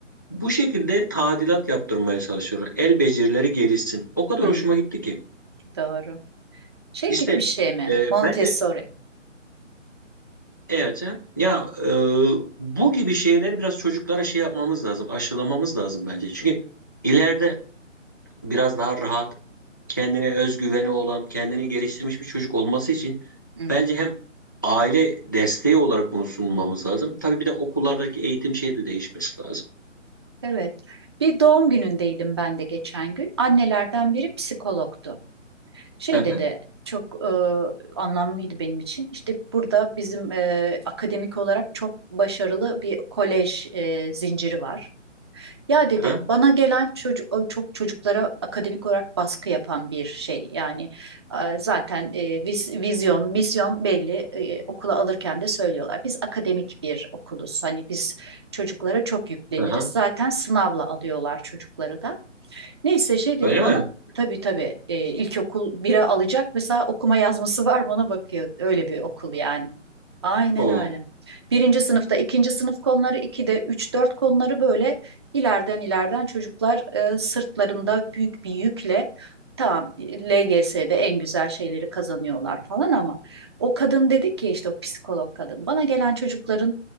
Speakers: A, on the left; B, on the right.
A: Bu şekilde tadilat yaptırmaya çalışıyorlar. El becerileri gelişsin. O kadar
B: Hı,
A: hoşuma gitti ki.
B: doğru. Şey
A: İşte
B: gibi bir şey mi?
A: e,
B: Montessori.
A: bence evet he. ya e, bu gibi şeyler biraz çocuklara şey yapmamız lazım. Aşılamamız lazım bence. Çünkü ileride biraz daha rahat, kendine özgüveni olan, kendini geliştirmiş bir çocuk olması için
B: Hmm,
A: bence hem aile desteği olarak bunu sunmamız lazım. Tabii bir de okullardaki eğitim şeyi de değişmesi lazım.
B: evet. Bir doğum günündeydim ben de geçen gün. Annelerden biri psikologtu. Şey
A: Hı hı,
B: dedi, çok e, anlamlıydı benim için. İşte burada bizim e, akademik olarak çok başarılı bir kolej e, zinciri var. Ya dedi
A: hı
B: bana gelen çocuk çok çocuklara akademik olarak baskı yapan bir şey. Yani e, zaten e, viz- vizyon, misyon belli. E, okula alırken de söylüyorlar. Biz akademik bir okuluz. Hani biz çocuklara çok yükleniriz.
A: hı, hı.
B: Zaten sınavla alıyorlar çocukları da. Neyse şey
A: Öyle
B: dedi bana
A: mi?
B: tabii tabii e, ilkokul bire alacak. Mesela okuma yazması var mı ona bakıyor. Öyle bir okul yani. Aynen
A: O.
B: öyle. Birinci sınıfta ikinci sınıf konuları, ikide üç dört konuları böyle ileriden ileriden çocuklar e, sırtlarında büyük bir yükle tamam LGS'de en güzel şeyleri kazanıyorlar falan ama o kadın dedi ki işte o psikolog kadın bana gelen çocukların